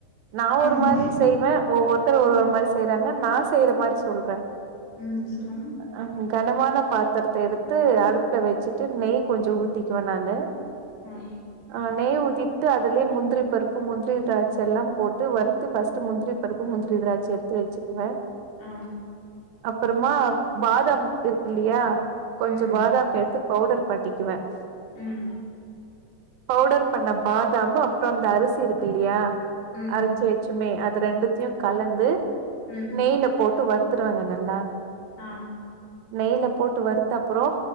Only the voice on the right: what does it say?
நா ஒரு
மாரி செய்வேன் ஒவ்வொருத்தர் ஒரு
ஒரு மாரி செய்றாங்க நா செய்யற மாரி சொல்றன்
அ கனமான பாத்திரத்த எடுத்து அடுப்ல வெச்சிட்டு நெய் கொஞ்சோ ஊத்திக்குவேன் நானு
நா நெய் ஊத்திட்டு அதுலயே முந்திரி பருப்பு முந்திரி திராட்சை எல்லாம் போட்டு வறுத்து ஃபர்ஸ்ட் முந்திரி பருப்பு, முந்திரி, திராட்சை எடுத்து வெச்சிக்குவன்
அப்பறமா பாதாம் இருக்கு இல்லையா கொஞ்சோ
பாதாம் எடுத்து பவுடர் பன்னிக்குவன்
பவுடர் பண்ண பாதாம் அப்றோ அந்த அரிசி இருக்கில்லியா
அரச்சு வெச்சமே அது ரெண்டத்தையு
கலந்து
நெய்ல போட்டு வருத்தருவங்க நல்லா
நெய்ல போட்டு வருத்தப்றோ